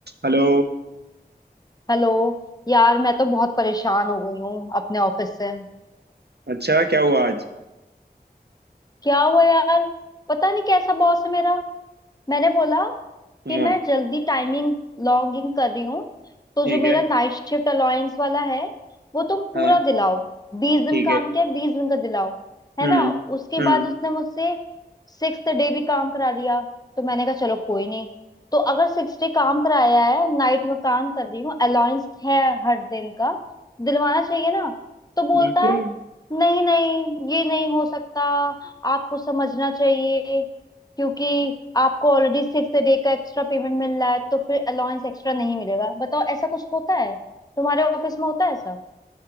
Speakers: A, on the right; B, on the left.
A: Hello
B: Hello यार मैं तो बहुत परेशान हो गई हूँ अपने ऑफिस से
A: अच्छा क्या हुआ आज
B: क्या हुआ यार पता नहीं कैसा बॉस है मेरा मैंने बोला
A: हाँ
B: कि मैं जल्दी टाइमिंग लॉग इन कर रही हूँ तो
A: ठीक
B: जो मेरा
A: है
B: नाइट शिफ्ट अलाउंस वाला है वो तुम पूरा
A: हाँ
B: दिलाओ बीस दिन
A: ठीक
B: काम
A: है
B: किया बीस दिन का दिलाओ है
A: हम्म
B: ना उसके
A: हम्म
B: बाद उसने मुझसे सिक्स डे भी काम करा दिया तो मैंने कहा चलो कोई नहीं तो अगर सिक्स डे काम कराया है नाइट में काम कर रही हूँ अलाउंस है हर दिन का दिलवाना चाहिए ना तो बोलता
A: बिल्कुल
B: है नहीं नहीं ये नहीं हो सकता आपको समझना चाहिए क्योंकि आपको ऑलरेडी सिक्स डे का एक्स्ट्रा पेमेंट मिल रहा है तो फिर अलाउंस एक्स्ट्रा नहीं मिलेगा बताओ ऐसा कुछ होता है तुम्हारे ऑफिस में होता है ऐसा